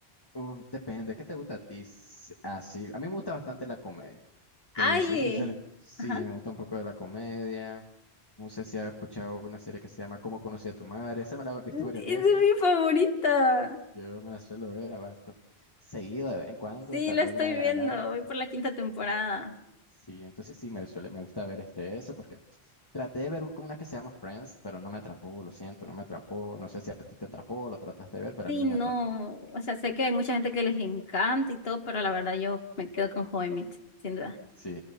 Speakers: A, on the left (about 20°); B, on the left (about 65°).
A: Uf, depende, ¿qué te gusta a ti? S- Así, a mí me gusta bastante la comedia.
B: Ay,
A: Te soy sincero. Sí,
B: ajá.
A: me gusta un poco de la comedia. No sé si has escuchado una serie que se llama ¿Cómo conocí a tu madre? Esa me la he visto varias
B: Esa
A: veces.
B: es mi favorita.
A: Yo me la suelo ver a vas- con- seguido de vez en cuando,
B: Sí,
A: tal
B: lo
A: vez
B: estoy
A: una vez
B: viendo,
A: al año.
B: voy por la quinta temporada.
A: Sí, entonces sí me suele, me gusta ver este eso porque traté de ver u- una que se llama Friends, pero no me atrapó, lo siento, no me atrapó. No sé si a ti te atrapó, la trataste de ver, pero
B: Sí,
A: a mí no
B: no,
A: me atrapó.
B: o sea, sé que hay mucha gente que les encanta y todo, pero la verdad yo me quedo con How I Met, sin duda.
A: Sí.